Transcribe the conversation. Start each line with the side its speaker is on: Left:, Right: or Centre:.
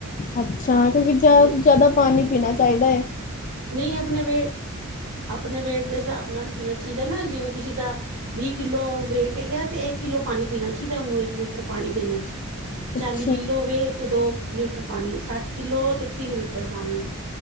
Left: ਅੱਛਾ ਕਿਉਂਕਿ ਜ਼ਿਆਦਾ
Right: ਜੀ
Left: ਤੋਂ ਜ਼ਿਆਦਾ ਪਾਣੀ ਪੀਣਾ ਚਾਹੀਦਾ ਐ।
Right: ਨਹੀਂ ਆਪਣੇ ਵੇਟ ਆਪਣੇ ਵੇਟ ਦੇ ਹਿਸਾਬ ਨਾਲ ਪੀਣਾ ਚਾਹੀਦਾ ਨਾ ਜਿਵੇਂ ਕਿਸੇ ਦਾ ਵੀਹ ਕਿੱਲੋ ਵੇਟ ਹੈਗਾ ਤੇ ਇੱਕ ਕਿੱਲੋ ਪਾਣੀ ਪੀਣਾ ਚਾਹੀਦਾ ਉਹਨੂੰ ਇੱਕ ਲੀਟਰ ਪਾਣੀ ਦਿਨ ਵਿੱਚ। ਚਾਲੀ
Left: ਅੱਛਾ,
Right: ਕਿੱਲੋ ਹੋਵੇ ਤੇ ਦੋ ਲੀਟਰ ਪਾਣੀ ਸੱਠ ਕਿੱਲੋ ਤੇ ਤਿੰਨ ਲੀਟਰ ਪਾਣੀ